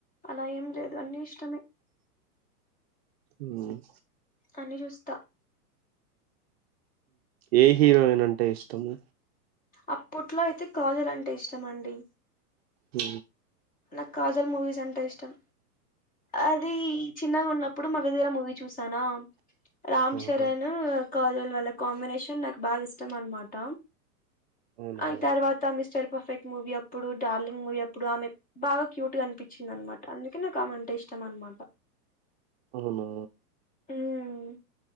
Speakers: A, on the left (about 15°); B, on the right (about 40°).
A: అలా ఏం లేదు అన్ని ఇష్టమే
B: ఉమ్
A: అన్నీ చూస్తా
B: ఏ హీరోయిన్ అంటే ఇష్టము
A: అప్పట్లో అయితే కాజల్ అంటే ఇష్టం అండి
B: హ
A: నాకు కాజల్ మూవీస్ అంటే ఇష్టం. అది చిన్నగున్నప్పుడు మగధీర మూవీ చూస్త నా రామ్
B: ఆహా
A: చరణ్ కాజల్ వళ్ల కాంబినేషన్ నాకు బాగా ఇష్టం అనమాట
B: అవునా
A: అ తర్వాత మిస్టర్ పఫెక్ట్ మూవి ఇప్పుడు డార్లింగ్ మూవి అప్పుడు ఆమె బాగా క్యూట్ గా అనిపించింది అనమాట అందుకే నాకు ఆమెంటే ఇష్టం అనమాట
B: అవునా
A: ఉమ్